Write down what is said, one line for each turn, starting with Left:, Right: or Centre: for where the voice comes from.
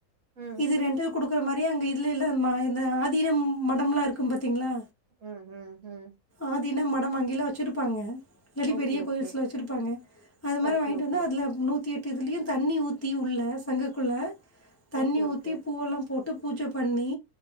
Right: ம்.
Left: இது ரெண்டு குடுக்குற மாரி அங்கே இல்லல்ல இந்த ஆதின மடம்லாம் இருக்கும் பாத்தீங்களா
Right: ம். ம். ம்.
Left: ஆதின மடம் அங்கயெல்லாம் வச்சிருப்பாங்க இல்லாட்டி
Right: ஓகே
Left: பெரிய கோயில்ஸ்ல
Right: ஓகே.
Left: வச்சிருப்பாங்க அது மாரி
Right: ஓகே
Left: வாங்கிட்டு
Right: ஓகே.
Left: வந்து அதுல நூத்தி எட்டு இதுலயும் தண்ணி ஊத்தி உள்ள சங்குக் குள்ள தண்ணி
Right: ஓகே
Left: ஊத்தி
Right: ஓகே.
Left: பூவெல்லாம் போட் பட்டு பூஜ பண்ணி